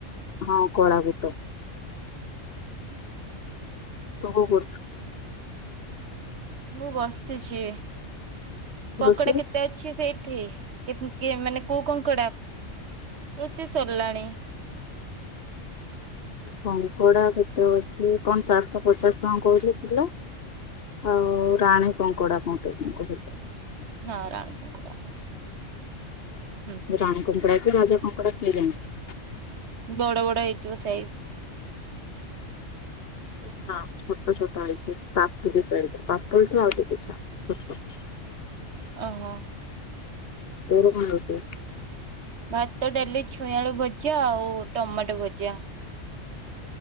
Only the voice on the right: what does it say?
ହୁଁ।
ମୁଁ ବସିଛି କଙ୍କଡା
କେତେ ଅଛି ସେଇ ଟି ତେ ମାନେ କୋଉ କଙ୍କଡା? ରୋଷେଇ ସରିଲାଣି। <inaudible>
ହଁ ରାଣୀ କଙ୍କଡା। ହୁଁ
ବଡ଼ ବଡ଼ ହେଇଥିବ ସାଇଜ଼
ଓହୋ।
ଭାତ ଡାଲି ଛୁଇଁ ଆଳୁ ଭଜା ଆଉ ଟମାଟୋ ଭଜା